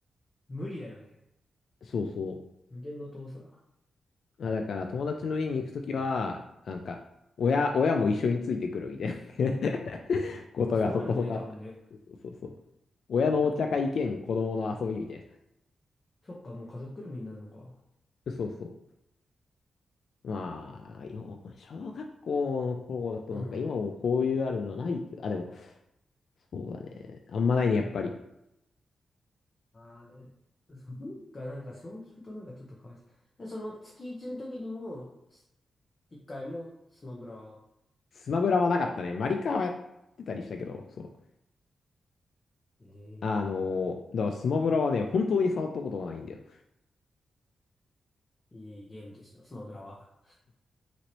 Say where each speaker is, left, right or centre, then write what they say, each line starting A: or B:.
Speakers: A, on the left; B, on the left.
A: う無理だよね。
B: そうそ
A: 無限の遠さだ。
B: う。あ、だから友達の家に行くときは、なんか、親、親も一緒についてくるみたいな <laughs> ことがそこそこあったね。
A: まあそうなるよね、多分ね。
B: そうそうそう。親のお茶会兼子供の遊びみたい
A: そっか、もう家族ぐるみになるのか。
B: な。そうそう。まあ、よ、小学校の頃だとなんか今もこういうあるのないけど、
A: うん。
B: あ、でも、そうだね。あんまないね、やっぱり。
A: ああね。そっか、なんかそう聞くとなんかちょっとかわいそう。で、その月一の時にも、す一回もスマブラは、
B: スマブラはなかったね。マリカはやってたりしたけど、そう。
A: ええ
B: あのーだからスマブラはね、本当に触ったことがないんだよ。
A: いいゲームですよ、スマブラは。